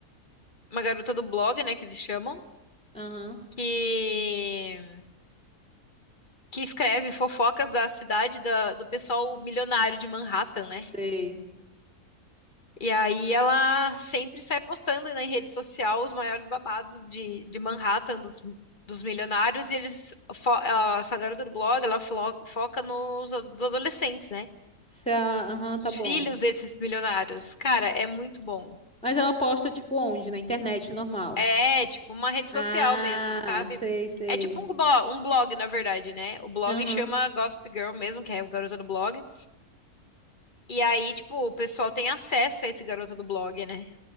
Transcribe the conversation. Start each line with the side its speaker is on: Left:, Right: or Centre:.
Left: uma garota do blog, né, que eles chamam,
Centre: Aham,
Left: que, que escreve fofocas da cidade da, do pessoal milionário de Manhattan, né?
Centre: sei.
Left: E aí ela sempre sai postando na rede social os maiores babados de, de Manhattan, dos, dos milionários, e eles, fo- ela- essa garota do blog, ela flo- foca nos a- dos adolescentes, né?
Centre: Se a- Aham,
Left: Os
Centre: tá bom.
Left: filhos desses milionários. Cara, é muito bom.
Centre: Mas ela posta, tipo, onde? Na internet normal.
Left: É, tipo uma rede social
Centre: Ah,
Left: mesmo, sabe?
Centre: sei, sei.
Left: É tipo um blog, um blog, na verdade, né? O blog
Centre: Aham,
Left: chama Gossip Girl mesmo, que é o garota do blog. E aí, tipo, o pessoal tem acesso a esse garota do blog, né?